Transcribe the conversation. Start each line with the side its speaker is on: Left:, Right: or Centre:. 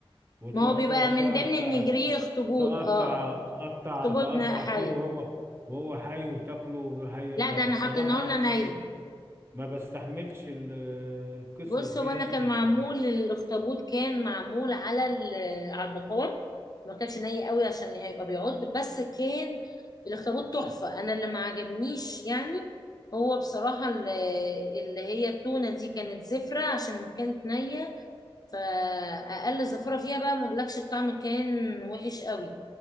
Right: وتروح
Left: ما هو بيبقى
Right: تقعد تقطع
Left: من ضمن النجريه اخطبوط
Right: تقطع
Left: اه
Right: قطع
Left: اخطبوط
Right: تقطع
Left: ن- حي
Right: فيه وهو وهو حي وتاكله حي يعني
Left: لا ده انا
Right: بصراحة
Left: حاطينه
Right: يعني
Left: لنا ني
Right: ما بستحملش ال- القصص
Left: بص
Right: دي
Left: هو انا
Right: انا
Left: كان
Right: يعني
Left: معمول الاخطبوط كان معمول على ال- على البخار ما كانش ني قوي عشان هيبقى بيعض بس كان الاخطبوط تحفة انا اللي ما عجبنيش يعني هو بصراحة ال- اللي هي التونة دي كانت زفرة عشان كانت نية فأقل زفرة فيها بقى ما اقولكش الطعم كان وحش قوي